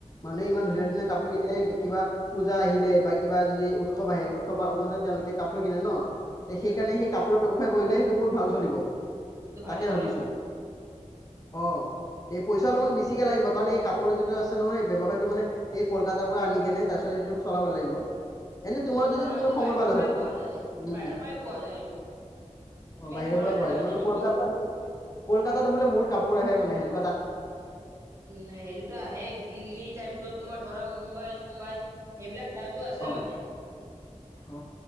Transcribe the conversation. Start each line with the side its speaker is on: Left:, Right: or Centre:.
Left: মানুহে ইমান
Right: উম
Left: ধুনীয়া ধুনীয়া কাপোৰ কনে কিবা পূজা আহিলে বা কিবা যদি উৎসৱ আহে। তেওঁলোকে কাপোৰ কিনে ন তে সেইকাৰণে
Right: উম
Left: সেই কাপোৰৰ ব্যয়ৱসায় কৰিলে সেইটো বহুত ভাল চলিব।
Right: এইটো
Left: তাকে
Right: ভালে চলিব
Left: ভাবিছো অ এই পইচা অলপমান বেছিকে লাগিব কাৰণ এই কাপোৰ যিটো আছে নহয় এই ব্যয়ৱসায়টো মে এই কলকাতাৰ পৰা আনি কেনে আচতে সেইটো চলাব লাগিব। এনে তোমাৰ
Right: কলকাতা
Left: যদি
Right: নহয়তো
Left: তুমি সময়
Right: বাহিৰৰ
Left: পালা
Right: পৰাই
Left: হয়
Right: পোৱা যায়
Left: উম।
Right: বাহিৰৰ পৰাই পোৱা যায় এইটো তুমি
Left: অ বাহিৰৰ
Right: খালি কলকাতা
Left: পৰা পোৱা
Right: ভাবিছা
Left: যায় ন
Right: নেকি
Left: কলকাত কলকাতাত বোলে বহুত কাপোৰ আহে মানে সেনে
Right: ন সেইটোতো আহে দিল্লী তাৰপিছত তোমাৰ ধৰা মুম্বাই চুম্বাই সেইবিলাক ঠাইতো আছে
Left: অ
Right: মানে।
Left: অ।